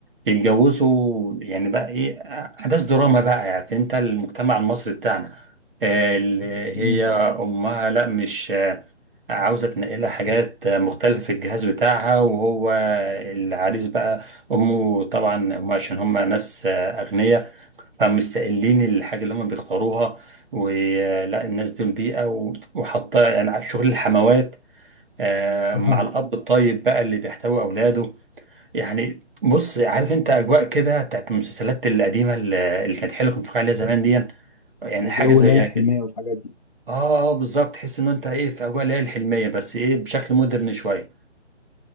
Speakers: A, on the right; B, on the left.
A: يتجوزوا يعني بقى ايه احداث دراما بقى يعني انت المجتمع المصري بتاعنا آه، اللي هي
B: مم.
A: امها لا مش آه، عاوزه تنقلها حاجات آه، مختلفه في الجهاز بتاعها وهو العريس بقى امه طبعا هم عشان هم ناس آه، اغنياء فمستقلين الحاجة اللي هم بيختاروها ولا الناس دول بيئة و- وحاطة يعني على شغل الحموات آه،
B: اها
A: مع الأب الطيب بقى اللي بيحتوي أولاده يعني بص عارف أنت أجواء كده بتاعت المسلسلات القديمة اللي اللي كانت حلوة كنت بتفرج عليها زمان دي يعني
B: جو
A: حاجة زيها
B: ليالي الحلمية
A: كده
B: والحاجات دي
A: اه اه بالظبط تحس ان انت ايه في اجواء اللي هي الحلمية بس ايه بشكل مودرن شوية